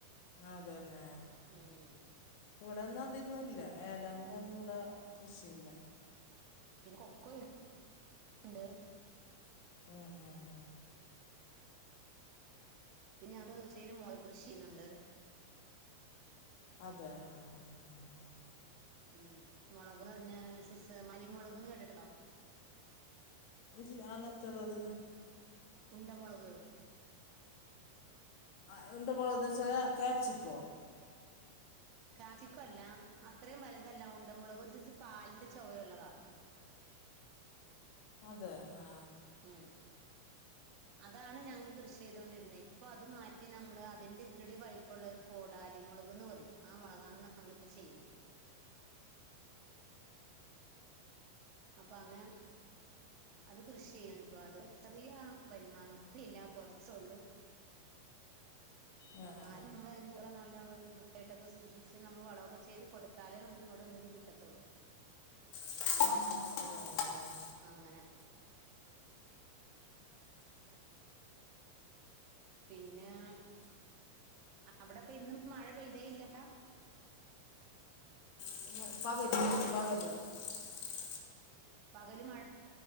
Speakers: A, on the left (about 45°); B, on the right (about 40°).
A: അതെന്നെ
B: ഉം
A: ഇവടന്നും അതൊന്നും ഇല്ല ഏലം- അതൊന്നും ഇവടെ കൃഷിയില്ല
B: പിന്നെ കൊക്കൊണ്ട്
A: ഉം ഉം ഉം
B: പിന്നെ ഞങ്ങള് <unintelligible> കൃഷി ചെയ്യുന്നുണ്ട്
A: അതെ ആ ആ ആ ആ
B: ഉം മൊളക് എന്ന് പറഞ്ഞാ ഒരു സൈസ് മല്ലി മൊളക് എന്ന് കേട്ടിട്ടോണ്ടോ
A: ഇല്ല എങ്ങനത്തേതാ അത്
B: ഉണ്ടമൊളക്
A: ആ ഉണ്ട മൊളകെന്ന് വെച്ചാല് ക്യാപ്സിക്കോ
B: ക്യാപിസ്ക്കം അല്ല അത്രയും വലുതല്ല ഉണ്ട മൊളക് ഒരു സൈസ് പാലിന്റെ ചൊവയുള്ളതാ
A: അതെ ആ
B: ഉം അതാണ് ഞങ്ങള് കൃഷി ചെയ്തോണ്ടിരുന്നത് ഇപ്പം അത് മാറ്റി നമ്മള് അതിന്റെ ഇത്തിരിയൂടെ വലിപ്പമുള്ള ഒരു കോടാലി മൊളകെന്ന് പറയും ആ മൊളകാണ് നമ്മളിപ്പോ ചെയ്യുന്നേ അപ്പം അങ്ങനെ അത് കൃഷി ചെയ്യുന്നുണ്ടെപ്പോയത് ചെറിയ വരുമാനം ഒത്തിരി ഇല്ല കൊറേ ച്ചൊള്ളു
A: ആ ആ
B: എന്നാലും
A: ആ
B: നമ്മള് <unintelligible> <unintelligible> സൂക്ഷിച്ച് നമ്മള് വളെക്കെ ചെയ്ത് കൊടുത്താലേ നമ്മക്ക് ഇങ്ങോട്ട് എന്തേലും കിട്ടത്തെള്ളൂ
A: <inaudible>
B: അങ്ങനെ പിന്നാ അവടെപ്പം ഇന്നും മഴ പെയ്തേയില്ല്യാ
A: <inaudible>
B: ഹലോ
A: <unintelligible>
B: പകല് മഴ